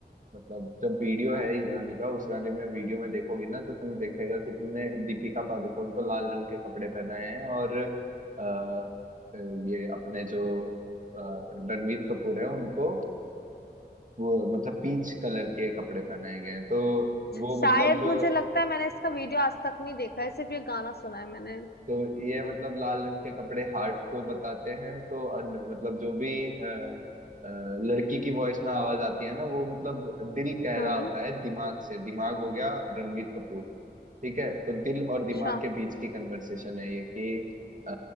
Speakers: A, on the right; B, on the left.
A: मतलब जब वीडियो है इस गाने का उस गाने में वीडियो में देखोगी ना तो तुम देखेगा कि तुमने दीपिका पादुकोण को लाल रंग के कपड़े पहनाए हैं और अ, अ, ये अपने जो अ, रणवीर कपूर है उनको वो मतलब पीच कलर के कपड़े पहनाए गए हैं तो वो
B: शायद
A: मतलब
B: मुझे लगता है मैंने इसका वीडियो आज तक नहीं देखा है सिर्फ ये गाना सुना है मैंने
A: तो ये मतलब लाल रंग के कपड़े हार्ट को बताते हैं तो अन, मतलब जो भी अ, अ, लड़की की वॉइस में आवाज आती है ना वो मतलब दिल कह
B: हम्म
A: रहा होता है दिमाग से दिमाग हो गया रणवीर कपूर ठीक है तो दिल और
B: अच्छा
A: दिमाग के बीच की कन्वर्सेशन है ये कि अ,